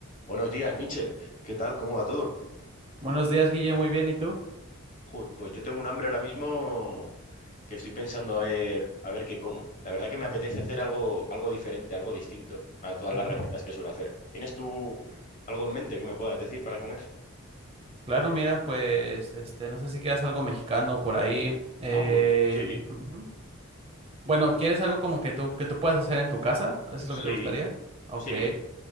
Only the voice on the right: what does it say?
Buenos días, Guille, muy bien, ¿y tú?
Ujú,
ujú.
Claro, mira, pues, este, no sé si quieres algo mexicano por ahí. eh,
ujú. Bueno, ¿quieres algo como que tú, que tú puedas hacer en tu casa? ¿Eso es
lo que te gustaría? Ok.